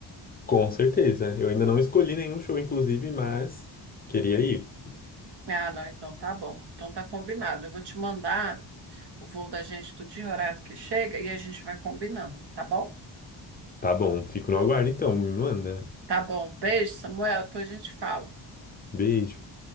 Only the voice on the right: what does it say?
Ah, não, então tá bom. Então tá combinado. Eu vou te mandar o voo da gente do dia e horário que chega e a gente vai combinando, tá bom?
Tá bom. Beijo, Samuel. Depois a gente fala.